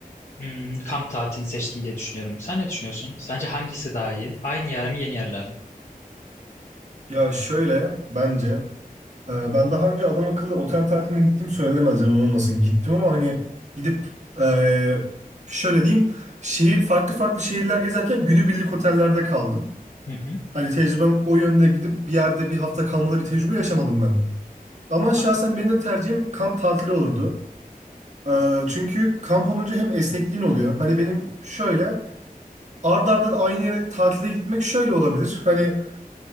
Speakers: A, on the left; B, on the right.
A: Hmm, kamp tatilini seçtim diye düşünüyorum. Sen ne düşünüyorsun? Sence hangisi daha iyi? Aynı yer mi, yeni yerler mi?
B: Ya şöyle bence e, ben daha önce adam akıllı otel tatiline gittim söylenemez yalan olmasın. Gittim ama hani gidip e, şöyle diyeyim şehir farklı farklı şehirler gezerken günübirlik otellerde kaldım.
A: Hı hı.
B: Hani tecrübem o yönde gidip bir yerde bir hafta kalmalı bir tecrübe yaşamadım ben. Ama şahsen
A: Ha,
B: benim de tercihim kamp tatili olurdu. E, çünkü kamp olunca hem esnekliğin oluyor. Hani benim şöyle ard arda aynı yere tatile gitmek şöyle olabilir. Hani